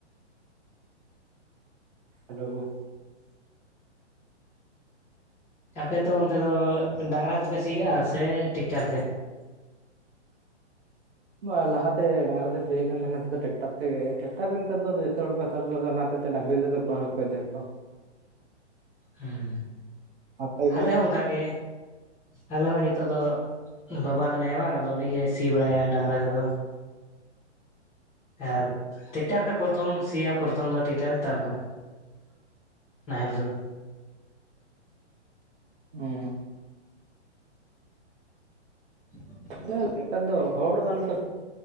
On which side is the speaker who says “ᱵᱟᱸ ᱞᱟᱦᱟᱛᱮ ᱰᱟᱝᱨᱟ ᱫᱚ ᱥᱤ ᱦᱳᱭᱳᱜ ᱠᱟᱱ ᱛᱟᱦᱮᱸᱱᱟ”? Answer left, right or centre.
Right